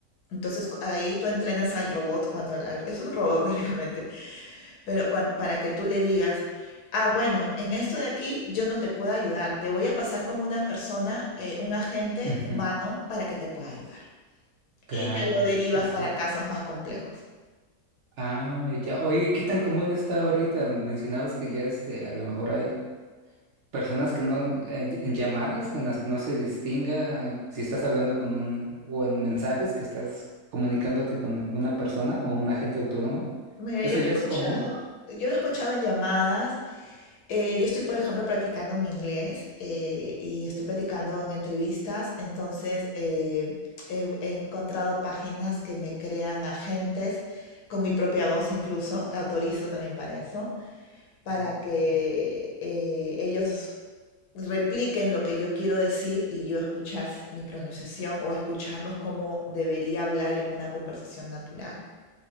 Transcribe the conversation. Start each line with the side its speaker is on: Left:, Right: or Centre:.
Left: Entonces, cu- ahí tú entrenas al robot cuando al- al- es un robot <laughs> prácticamente, pero cuan- para que tú le digas, ah, bueno, en esto de aquí yo no te puedo ayudar, te voy a pasar con una persona, eh, un agente
Right: ujú,
Left: humano para que te pueda ayudar.
Right: claro,
Left: Y ya lo derivas
Right: sí, sí.
Left: para casos más complejos.
Right: Ah, ya. Oye, ¿qué tan común está ahorita? Mencionabas que ya este, a lo mejor hay Personas que no, eh, en llamadas en las que no se distinga si estás hablando con un, o en mensajes que estás comunicándote con una persona o un agente autónomo.
Left: Mira,
Right: ¿Eso
Left: yo lo he
Right: ya
Left: escuchado,
Right: es común?
Left: yo lo he escuchado en llamadas. eh, yo estoy, por ejemplo, practicando mi inglés eh, y estoy practicando en entrevistas. Entonces, eh, he, he encontrado páginas que me crean agentes con mi propia voz incluso, autorizo también para eso, para
Right: Mm.
Left: que eh, ellos repliquen lo que yo quiero decir y yo escuchar s- mi pronunciación o escucharlos como debería hablar en una conversación natural